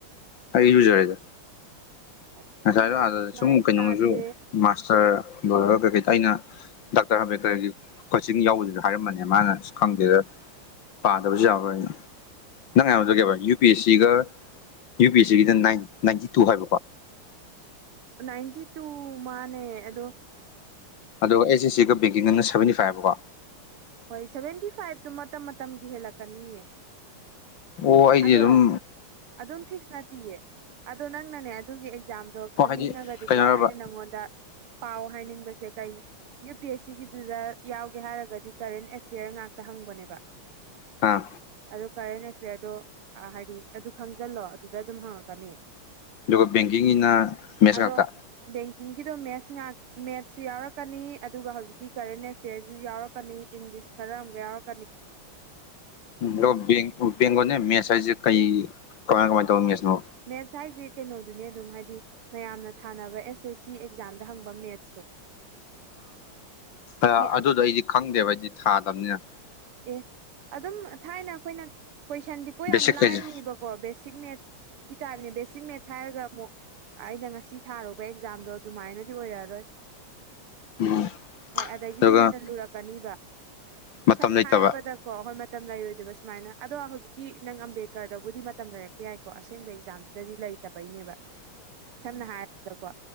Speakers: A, on the left; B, on the right.
A: ꯑꯩ ꯏꯔꯨꯖꯔꯦꯗ
B: ꯅꯪꯗꯤ
A: ꯉꯁꯥꯏꯗꯣ
B: ꯏꯔꯨꯖꯔꯦ
A: ꯑꯥꯗ ꯁꯨꯝ
B: ꯃꯥꯏꯁꯨ
A: ꯀꯩꯅꯣꯁꯨ
B: ꯇꯥꯗꯦ
A: ꯃꯥꯁꯇꯔ ꯂꯣꯏꯔꯒ ꯀꯩꯀꯩ ꯑꯩꯅ ꯗꯥꯛꯇꯔ ꯍꯥꯝꯕꯦꯀꯔꯒꯤ ꯀꯣꯏꯆꯤꯟ ꯌꯥꯎꯕꯗꯨꯗ ꯍꯥꯏꯔꯝꯕꯅꯦ ꯃꯥꯅ ꯈꯪꯗꯦꯗ ꯄꯥꯗꯕꯁꯨ ꯌꯥꯔꯔꯣꯏ ꯅꯪ ꯍꯥꯏꯕꯗꯣ ꯀꯩꯕꯥ ꯌꯨ ꯄꯤ ꯑꯦꯁ ꯁꯤꯒ ꯌꯨ ꯄꯤ ꯑꯦꯁ ꯁꯤꯒꯤꯗ ꯅꯥꯏ ꯅꯥꯏꯟꯇꯤ ꯇꯨ ꯍꯥꯏꯕꯀꯣ
B: ꯅꯥꯏꯟꯇꯤ ꯇꯨ ꯃꯥꯅꯦ ꯑꯗꯣ
A: ꯑꯗꯨꯒ ꯑꯦꯁ ꯑꯦꯁ ꯁꯤꯒ ꯕꯦꯡꯀꯤꯡꯒꯅ ꯁꯕꯦꯟꯇꯤ ꯐꯥꯏꯕꯀꯣ
B: ꯍꯣꯏ ꯁꯦꯚꯦꯟꯇꯤ ꯐꯥꯏꯚꯇꯨ ꯃꯇꯝ ꯃꯇꯝꯒꯤ ꯍꯦꯜꯂꯛꯀꯅꯤꯌꯦ
A: ꯑꯣ ꯑꯩꯗꯤ
B: ꯑꯗꯣ
A: ꯑꯗꯨꯝ
B: ꯑꯗꯨꯝ ꯐꯤꯛꯁ ꯅꯠꯇꯤꯌꯦ ꯑꯗꯣ ꯅꯪꯅꯅꯦ ꯑꯗꯨꯒꯤ ꯑꯦꯛꯖꯥꯝ ꯑꯗꯣ
A: ꯑꯣ
B: ꯈꯟꯅꯤꯡꯉꯒꯗꯤꯀꯣ
A: ꯍꯥꯏꯗꯤ ꯀꯩꯅꯣꯔꯕ
B: ꯑꯩꯅ ꯅꯪꯉꯣꯟꯗ ꯄꯥꯎ ꯍꯥꯏꯅꯤꯡꯕꯁꯦ ꯀꯩꯅ ꯌꯨ ꯄꯤ ꯑꯦꯁ ꯁꯤꯒꯤꯗꯨꯗ ꯌꯥꯎꯒꯦ ꯍꯥꯏꯔꯒꯗꯤ ꯀꯔꯦꯟ ꯑꯦꯐꯤꯌꯔ ꯉꯥꯛꯇ ꯍꯪꯕꯅꯦꯕ
A: ꯑꯥ
B: ꯑꯗꯨ ꯀꯔꯦꯟ ꯑꯦꯐꯤꯌꯥꯔꯗꯣ ꯍꯥꯏꯗꯤ ꯑꯗꯨ ꯈꯪꯖꯜꯂꯣ ꯑꯗꯨꯗ ꯑꯗꯨꯝ ꯍꯪꯉꯛꯀꯅꯤ
A: ꯑꯗꯨꯒ ꯕꯦꯡꯀꯤꯡꯒꯤꯅ ꯃꯦꯁ
B: ꯑꯗꯣ
A: ꯉꯥꯛꯇ
B: ꯕꯦꯡꯀꯤꯡꯒꯤꯗꯣ ꯃꯦꯠꯁ ꯉꯥꯛ ꯃꯦꯠꯁꯁꯨ ꯌꯥꯎꯔꯛꯀꯅꯤ ꯑꯗꯨꯒ ꯍꯧꯖꯤꯛꯀꯤ ꯀꯔꯦꯟ ꯑꯦꯐꯤꯌꯔꯁꯨ ꯌꯥꯎꯔꯛꯀꯅꯤ ꯏꯪꯂꯤꯁ ꯈꯔ ꯑꯃꯨꯒ ꯌꯥꯎꯔꯛ
A: ꯂꯣ ꯕꯦꯡ ꯕꯦꯡꯒꯣꯟꯅꯦ ꯃꯦꯁ ꯍꯥꯏꯁꯦ ꯀꯩ ꯀꯃꯥꯏ ꯀꯃꯥꯏꯟ ꯇꯧꯕ ꯃꯦꯁꯅꯣ
B: ꯃꯦꯟꯁ ꯍꯥꯏꯁꯦ ꯀꯩꯅꯣꯗꯨꯅꯤ ꯑꯗꯨꯝ ꯍꯥꯏꯗꯤ ꯃꯌꯥꯝꯅ ꯊꯥꯅꯕ ꯑꯦꯁ ꯑꯦꯁ ꯁꯤ ꯑꯦꯛꯖꯥꯝꯗ ꯍꯪꯕ ꯃꯦꯠꯁꯇꯨ
A: ꯑꯥ ꯑꯗꯨꯗꯣ
B: ꯑꯝ
A: ꯑꯩꯗꯤ ꯈꯪꯗꯦꯕ ꯍꯥꯏꯗꯤ ꯊꯥꯗꯝꯅꯤꯅ
B: ꯑꯦ ꯑꯗꯨꯝ ꯊꯥꯏꯅ ꯑꯩꯈꯣꯏꯅ ꯀꯣꯏꯁꯟꯗꯤꯀꯣ
A: ꯕꯦꯁꯤꯛꯈꯩꯁꯦ
B: ꯌꯥꯝ ꯂꯥꯏꯅꯦꯕ ꯀꯣ ꯕꯦꯁꯤꯛ ꯃꯦꯠꯁꯀꯤ ꯇꯥꯏꯞꯅꯦ ꯕꯦꯁꯤꯛ ꯃꯦꯠꯁ ꯍꯥꯏꯔꯒ ꯑꯃꯨꯛ ꯑꯩꯅ ꯉꯁꯤ ꯊꯥꯔꯨꯕ ꯑꯦꯛꯖꯥꯝꯗꯣ ꯑꯗꯨꯃꯥꯏꯅꯗꯤ ꯑꯣꯏꯔꯛꯑꯔꯣꯏ
A: ꯎꯝ
B: ꯍꯣꯏ ꯑꯗꯒꯤꯗꯤ
A: ꯑꯗꯨꯒ
B: ꯍꯦꯟꯅ ꯂꯨꯔꯛꯀꯅꯤꯕ
A: ꯃꯇꯝ
B: ꯁꯝꯅ
A: ꯂꯩꯇꯕ
B: ꯍꯥꯏꯔꯕꯗ ꯀꯣ ꯍꯣꯏ ꯃꯇꯝ ꯂꯩꯔꯣꯏꯗꯕ ꯁꯨꯃꯥꯏꯅ ꯑꯗꯣ ꯍꯧꯖꯤꯛꯀꯤ ꯅꯪ ꯑꯝꯕꯦꯗꯀꯔꯗꯕꯨꯗꯤ ꯃꯇꯝ ꯂꯩꯔꯛꯄ ꯌꯥꯏꯀꯣ ꯑꯁꯦꯡꯕ ꯑꯦꯛꯖꯥꯝꯗꯨ ꯗꯗꯤ ꯂꯩꯇꯕꯩꯅꯦꯕ
A: <inaudible>
B: ꯁꯝꯅ ꯍꯥꯏꯔꯕꯗꯀꯣ